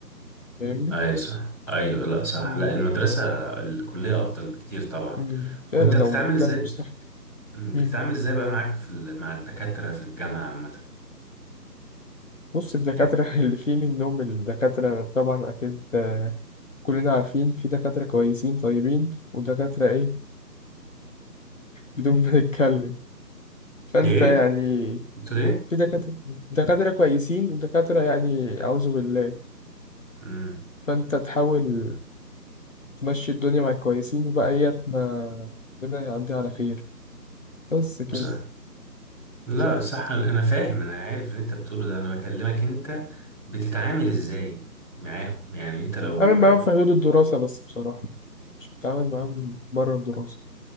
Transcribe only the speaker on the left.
فاهمني؟
مم.
مم.
فعلا لو
طلعت بصح
مم.
بص الدكاترة
<laughs> اللي فيه منهم الدكاترة طبعا أكيد آه، كلنا عارفين في دكاترة كويسين طيبين ودكاترة إيه بدون ما نتكلم فأنت
يعني
في دكاترة دكاترة كويسين ودكاترة يعني أعوذ بالله
فأنت تحاول تمشي الدنيا مع الكويسين وبقية ما ربنا يعدي على خير بس كده
صح
أعمل
معاهم في حدود الدراسة بس بصراحة مش بتعامل معاهم بره الدراسة